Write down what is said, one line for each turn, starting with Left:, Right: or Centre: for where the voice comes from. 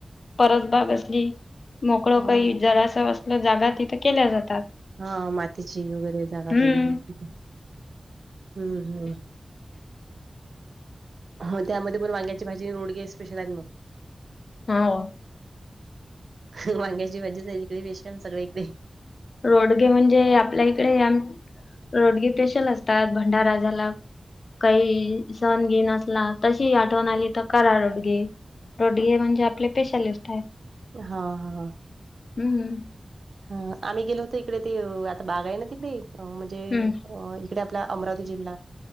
Left: परतबाग असली मोकळ
Right: हा.
Left: काही जरास जागा तिथं केल्या जातात.
Right: हा मातीची वगैरे जागा
Left: हम्म
Right: पाहिजे हम्म हम्म.
Left: <unintelligible>
Right: हो त्यामध्ये पण वांग्याची भाजी रोडगे स्पेशल आहेत मग.
Left: हा.
Right: हा वांग्याची भाजी स इकडे वेशम सगळी कढे.
Left: रोडगे म्हणजे आपल्या इकडे रोडगे पेशल असतात भंडाराला काही सहण घे नसला तशी आठवण आली तर कर आड गे रोडग म्हणजे आपले पेशलिस्ट आहे.
Right: हा हा.
Left: हम्म.
Right: हा आम्ही गेलो होतो इकडे ते आता बागा आहे ना तिकडे म्हणजे
Left: हम्म
Right: अ तिकडे आपला अमरावती जिल्हा